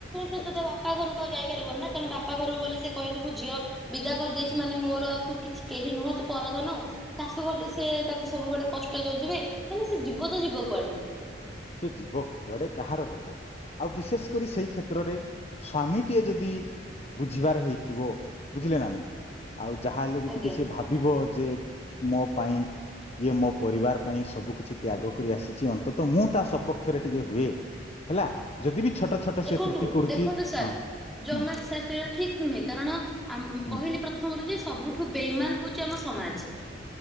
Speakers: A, in the centre; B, on the left.
A: ସେତ
B: ଆଜ୍ଞା
A: ବାପା ଘରକୁ ଆଉ ଯାଇପାରିବନି ନା ତେଣୁ ବାପା ଘରକୁ ଗଲେ ସେ କହିବେ ମୁଁ ଝିଅ ବିଦା କରିଦେଇଛି ମାନେ ମୋର ଆଉ ତୁ କିଛି କେହି ନୁହଁ ତୁ ପରଧନ ଶାଶୁ ଘରେ ତ ସେ ତାକୁ ସବୁବେଳେ କଷ୍ଟ ଦଉଥିବେ ହିଲେ ସେ ଯିବ ତ ଯିବ କୁଆଡେ
B: ସେି ଯିବ କୁଆଡେ କାହାର ହବ ଆଉ ବିଶେଷ କରି ସେଇ କ୍ଷେତ୍ରରେ ସ୍ଵାମୀଟିଏ ଯଦି ବୁଝିବାର ହେଇଥିବ ବୁଝିଲେ ନା ନାଇଁ ଆଉ ଯାହାହଲେ ବି
A: ଆଜ୍ଞା।
B: ଟିକେ ସିଏ ଭାବିବ ଯେ ମୋ ପାଇଁ ଇଏ ମୋ ପରିବାର ପାଇଁ ସବୁ କିଛି ତ୍ୟାଗ କରି ଆସିଚି ଅନ୍ତତଃ ମୁଁ ତା ସପକ୍ଷରେ ଟିକେ ହୁଏ ହେଲା ଯଦି ବି ଛୋଟ ଛୋଟ
A: ଦେଖନ୍ତୁ
B: ସେ ତ୍ରୁଟି କରୁଛି
A: ଦେଖନ୍ତୁ ସାର୍
B: ହଁ
A: ଜମା
B: ହୁଁ
A: ସାର ସେଟା ଠିକ ନୁହେଁ କାରଣ ଆମ
B: ହୁଁ
A: କହିଲି ପ୍ରଥମରୁ ଯେ ସବୁଠୁ ବେଇମାନ ହଉଚି ଆମ ସମାଜ।